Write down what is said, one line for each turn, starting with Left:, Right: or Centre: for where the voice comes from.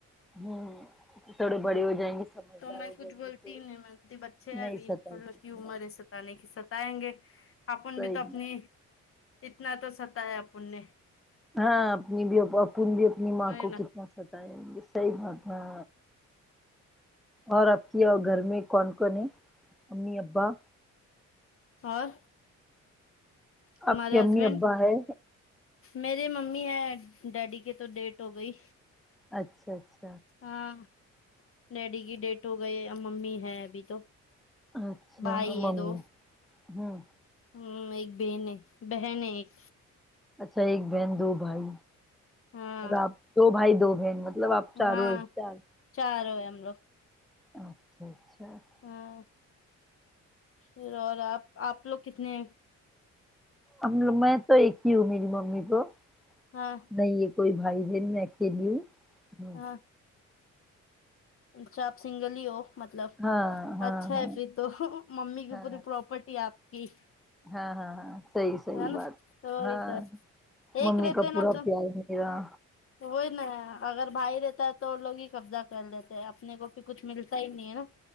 Centre: ہوں تھوڑے بڑے ہو جائیں گے سمجھدار
Left: تو میں
Centre: ہو
Left: کچھ
Centre: جائیں
Left: بولتی
Centre: گے تو
Left: ہی نہیں میں بولتی بچے ہیں
Centre: نہیں
Left: ابھی
Centre: ستائیں
Left: انلوگ
Centre: گے
Left: عمر ہے ستانے ستانے کی ستائیں گے اپن
Centre: صحیح
Left: بھی تو اپنی اتنا تو ستا ہے اپن نے
Centre: ہاں اپنی بھی اپن بھی اپنی
Left: وہی
Centre: ماں کو
Left: نا
Centre: کتنا ستائیں ہونگے صحی بات ہے اور آپ کی گھر میں کون کون ہے امی ابا
Left: اور تمہارے
Centre: آپ کی امی
Left: ہسبینڈ
Centre: ابا ہے
Left: میرری ممی ہے ڈیڈی کے تو ڈیٹ ہو گئی
Centre: اچھا اچھا
Left: ہاں ڈیڈی کی ڈیتھ ہو گئی ا ممی ہے ابھی تو
Centre: اچھا
Left: بھائی ہے
Centre: ممی
Left: دو
Centre: ہوں
Left: ہمم ایک بہن ہے بہن ہے ایک
Centre: اچھا ایک بہن دو بھائی
Left: ہاں
Centre: آپ دو بھائی دو بہن مطلب آپ چاروں
Left: ہاں
Centre: ہے چار
Left: چاروں ہے ہم لوگ
Centre: <inaudible>
Left: ہاں پھر اور آپ آپ لوگ کتنے ہے
Centre: ہم لوگ میں تو ایک ہی ہوں میری ممی کو
Left: ہاں
Centre: نہیں ہے کوئی بھائی بہن میں اکیلی ہوں
Left: ہاں اچھا آپ سنگل ہی ہو مطلب
Centre: ہاں ہاں
Left: اچھا
Centre: ہاں
Left: ہے پھر تو ممی کی
Centre: ہاں
Left: پوری پراپرٹی آپ کی
Centre: ہاں ہاں صحیح صحیح
Left: ہے نا
Centre: بات
Left: ساری
Centre: ہاں
Left: کا ایک
Centre: ممی
Left: رہتے
Centre: کا پورا
Left: نا تو
Centre: پیار میرا
Left: وہی نا اگر بھائی رہتا ہے تو لوگ ہی قبضہ کر لیتے ہیں اپنے کو بھی کچھ ملتا ہی نہیں ہے نا